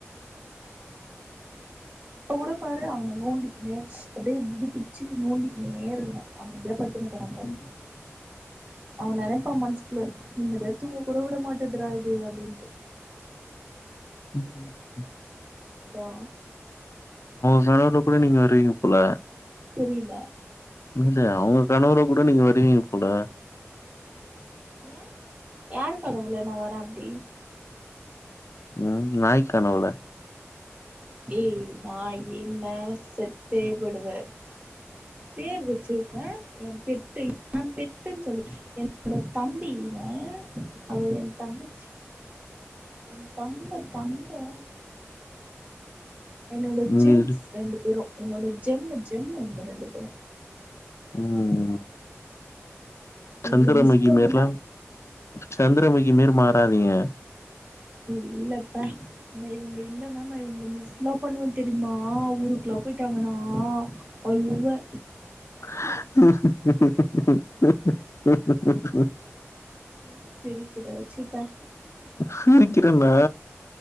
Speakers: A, on the right; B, on the left.
A: இப்ப கூட பாரு அவன நோண்டிக்கினே அப்டே முடிய புச்சு நோண்டிக்கினே இருக்கிற ஆமைதியா பத்துன்னுக்குரா பாரு
B: <inaudible>
A: அவ நெனைப்பா மன்சுகுள்ள நிம்மதியா தூங்க கூட விட மாட்டதுரா இது அப்டின்ட்டு
B: ம்
A: அலோ
B: <unintelligible> பண்ண நீங்க வருவீங்க போல
A: புரில
B: இல்ல அவ்ங்க கனவுல கூட நீங்க வருவீங்க பொல
A: ஏ யாரு கனவுல நா வர அப்டி
B: ம் நாய் கனவுல
A: ஏய் நாய்கீன செத்தே போய்டுவ பேர் வச்சிர்க்க எ பெட்டு எ பெட்டுன் சொல்லு என்னோட தம்பி இவ அவ எ தங்கச்சி என் தங்கோ தங்கோ என்னோட
B: ம்
A: ஜெம்ஸ் ரெண்டு பேரு என்னோட ஜெம்மு ஜெம்மு இந்த ரெண்டு பேரு
B: ம்
A: இவங்கள
B: சந்தரமுகி
A: மிஸ் பண்ணினா
B: மேர்லம் சந்தரமுகி மேறு மாறாதீங்க
A: இல்லப்ப ந இவ்ங்க இல்லன்னா நா இவ்ங்கள மிஸ்லா பண்ணுவ தெரிமா உரு க்லா பொய்ட்டாங்கனா அழுவ
B: <inaudible>
A: என்ன சிரிக்கிற சி பே
B: சிரிக்கிறன்னா